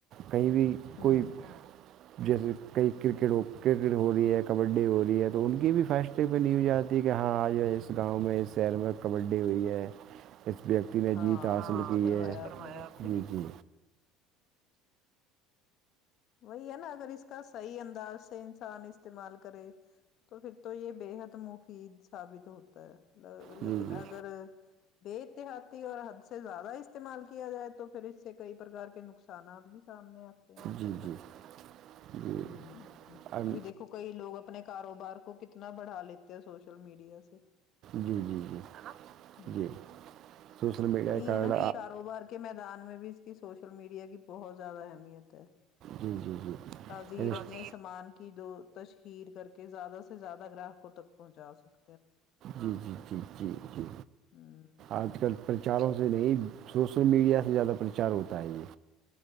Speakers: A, on the right; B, on the left.
A: کہیں بھی
B: ہوں
A: کوئی جیسے کئی کرکٹ ہو کرکٹ ہو رہی ہے کبڈی ہو رہی ہے تو ان کی بھی فیشٹ پہ نیو آتی ہے کہ ہاں آج ہے اس گاؤں میں اس شہر میں کبڈی ہوئی ہے اس ویکتی نے
B: ہاں
A: جیت حاصل
B: درست
A: کی
B: فرمایا
A: ہے
B: آپ نے بالکل
A: جی جی
B: وہی ہے نا اگر اس کا صحیح انداز سے انسان استعمال کرے تو پھر تو یہ بےحد مفید ثابت ہوتا ہے
A: جی
B: لیکن
A: جی
B: اگر بے احتیاطی اور حد سے زیادہ استعمال کیا جائے تو پھر اس سے کئی پرار کے نقصان نانات بھی سامنے آتے ہیں
A: جی
B: نا
A: جی جی
B: ہ
A: ام-
B: ابھی دیکھو کئی لوگ اپنے کاروبار کو کتنا بڑھا لیتے ہیں سوش سوشل میڈیا سے
A: جی جی جی
B: ہ
A: جی سوشل میڈیا
B: وہی
A: کارڈ
B: ہے نا کہ کاروبار کے میدان میں بھی اس کی سوشل میڈیا کی بہت زیادہ اہمیت ہے
A: جی جی جی
B: تاظیر
A: انسٹ-
B: اپنے سامان کی جو تشہیر کر کے زیادہ سے زیادہ گراہکوں تک پہنچا سک
A: جی جی جی جی جی
B: ہ
A: آج کل پرچاروں سے نہیں سوشل میڈیا سے زیادہ پرچار ہوتا ہے یہ